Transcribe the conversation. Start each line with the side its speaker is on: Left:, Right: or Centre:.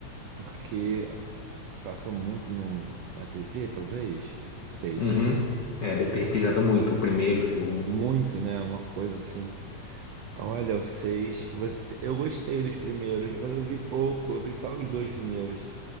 Right: porque passou muito no, na TV, talvez, não sei.
Left: Uhum. É, deve ter reprisado muito, o primeiro, o segundo.
Right: Muito, né? Uma coisa assim. Olha, o seis. Você, eu gostei dos primeiros, mas eu vi pouco, eu vi só os dois primeiros.